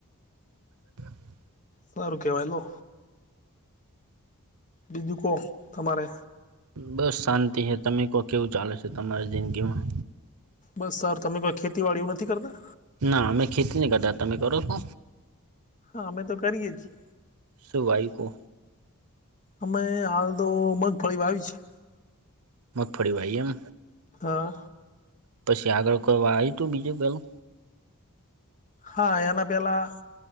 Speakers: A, on the right; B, on the left.
A: <inaudible>
B: સારું કેવાય લો બીજું કો, તમારે
A: બસ શાંતિ હે, તમે કો કેવું ચાલે છે તમારી જિંદગી માં?
B: બસ યાર, તમે કોઈ ખેતીવાડી એવું નથી કરતા?
A: ના અમે ખેતી નહી કરતા, તમે કરો છો?
B: હા, અમે તો કરીએ છીએ.
A: શું વાયુ તો?
B: અમે હાલ તો મગફળી વાવી છે.
A: મગફળી વાય એમ,
B: હા
A: પછી આગળ કોય વાયુતું બીજું કોઈ?
B: હા, એનાં પહેલાં,